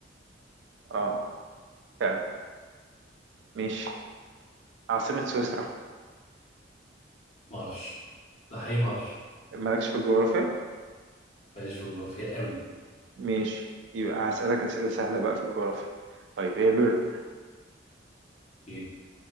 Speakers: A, on the right (about 70°); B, on the left (about 35°).
A: اه اه فعلا ماشي عاصمة سويسرا
B: ما اعرفش لا حقيقي ما اعرفش
A: مالكش في الجغرافيا
B: ماليش في الجغرافيا قوي
A: ماشي يبقى هسألك أسئلة سهلة بقى في الجغرافيا طيب هي بيرن
B: ايه